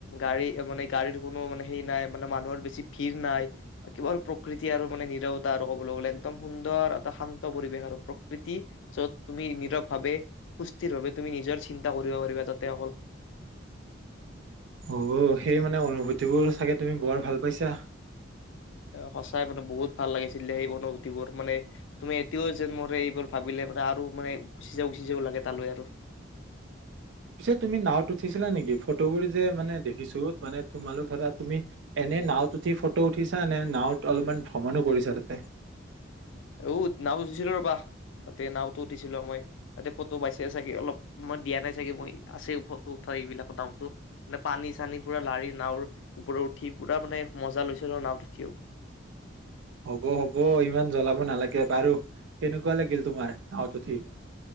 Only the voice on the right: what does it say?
অ' সেই মানে অনুভূতিবোৰ চাগে তুমি বৰ ভাল পাইছা
পিছে তুমি নাওত উঠিছিলা নেকি ফটোবোৰ যে মানে দেখিছো মানে তোমালোক ধৰা তুমি এনে নাওত উঠি ফটো উঠিছা নে নাওত অলপমান ভ্ৰমণো কৰিছা তাতে
হ'ব হ'ব ইমান জ্বলাব নালাগে বাৰু কেনেকুৱা লাগিল তোমাৰ নাওত উঠি